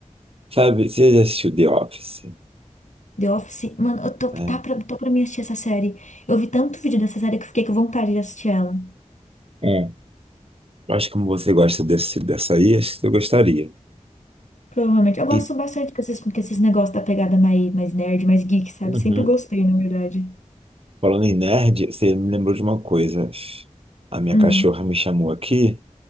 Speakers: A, on the right (about 50°); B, on the left (about 70°).
A: Sabe, você já assistiu The Office?
B: The Office, mano, eu tô,
A: né?
B: tá pra, tô pra mim assistir essa série. Eu vi tanto vídeo dessa série que eu fiquei com vontade de assistir ela.
A: Hum. Eu acho que como você gosta desse, dessa aí, acho que você gostaria.
B: Provavelmente. Eu gosto
A: E,
B: bastante com esses, com esses negócios da pegada mais, mais nerd, mais geek, sabe?
A: uhum.
B: Sempre gostei, na verdade.
A: Falando em nerd, você me lembrou de uma coisa. A minha
B: Hum.
A: cachorra me chamou aqui